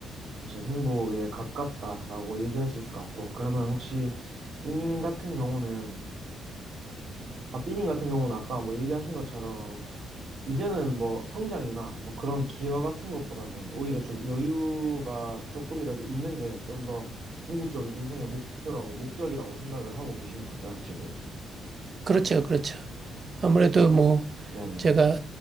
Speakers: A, on the right; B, on the right.
A: 사실 행복에 가깝다라고 얘기할 수 있을 것 같고. 그러면 혹시 삐님 같은 경우는 아 삐님 같은 경우는 아까 뭐 얘기하신 것처럼 이제는 뭐 성장이나 뭐 그런 기여 같은 것보다는 오히려 좀 여유가 조금이라도 있는 게 좀 더 궁극적인 인생의 목표라고 목적이라고 생각을 하고 계시는 거죠, 지금은.
B: 그렇죠, 그렇죠. 아무래도 뭐
A: 네네.
B: 제가